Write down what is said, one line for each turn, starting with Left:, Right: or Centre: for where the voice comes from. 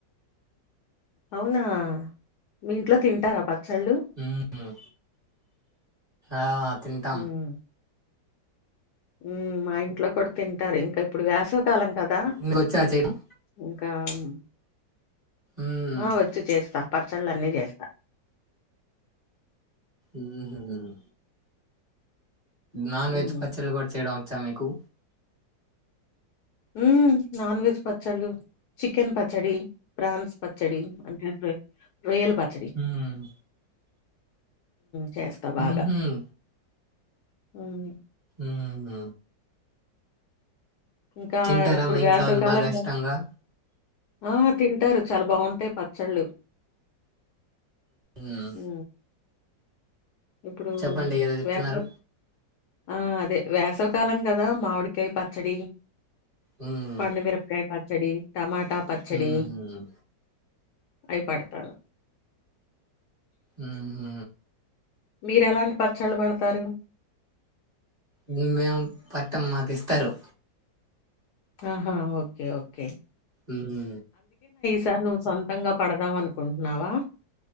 Left: అవునా మీ ఇంట్లో తింటారా పచ్చళ్ళు
Right: మ్మ్. ఆ తింటాం
Left: ఉమ్, ఉమ్ మా ఇంట్లో కుడ తింటారు ఇంక ఇప్పుడు వ్యసవ్ కాలం కదా
Right: నీకు వచ్చా చేయడం
Left: ఇంకా ఉ
Right: మ్మ్.
Left: ఆహ్ వచ్చి చేస్తా పచ్చళ్ళు అన్నీ చేస్తా
Right: ఉహుమ్ నాన్ వెజ్
Left: ఉమ్,
Right: పచ్చల్లు కూడ చేయడం ఒచ్చా మీకు
Left: ఊమ్ నాన్ వెజ్ పచ్చళ్ళు చికెన్ పచ్చడి, ప్రాన్స్ పచ్చడి, అంటుంటే రొయ్యల పచ్చడి
Right: మ్మ్.
Left: చేస్తా బాగా
Right: మ్మ్.
Left: ఔను
Right: ఊహు
Left: ఇంకా
Right: తింటారా
Left: ఇప్పుడు
Right: మా ఇంట్లో
Left: వేసవికాలం
Right: వాళ్ళు బాగా
Left: కదా
Right: ఇష్టంగా
Left: ఆ తింటరు చాల బాగుంటయ్ పచ్చళ్ళు
Right: మ్మ్.
Left: ఊ ఇప్పుడూ
Right: చెప్పండి ఏదో చెప్తున్నారు
Left: వేసవ్ ఆ అదె వేసవి కాలం గదా మావిడికాయ్ పచ్చడి
Right: మ్మ్.
Left: పండుమిరపకాయ్ పచ్చడి టమాటా పచ్చడి
Right: మ్మ్.
Left: అయ్ పడతాను
Right: ఊహు
Left: మీరెలాంటి పచ్చళ్ళు పడతారు
Right: మెమేం పెట్టం మాక్ ఇస్తరు
Left: ఆహా ఓకే ఓకే
Right: ఉహు
Left: సార్ నువ్వు సొంతంగా పడదాం అనుకుంటూనా వా